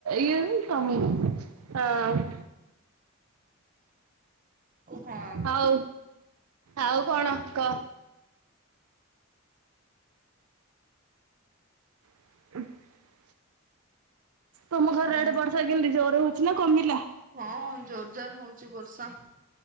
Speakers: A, on the right; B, on the right.
A: ଇଏ କମି ଆଁ।
B: ଗୁମ୍ଫା।
A: ହଉ ଆଉ କଣ କ <inaudible> ତମ ଘର
B: କଣ
A: ଆଡେ ବର୍ଷା କେମିତି ଜୋର ହଉଚି ନା କମିଲା।
B: ହଁ ଜୋର ଜାର ହଉଚି ବର୍ଷା।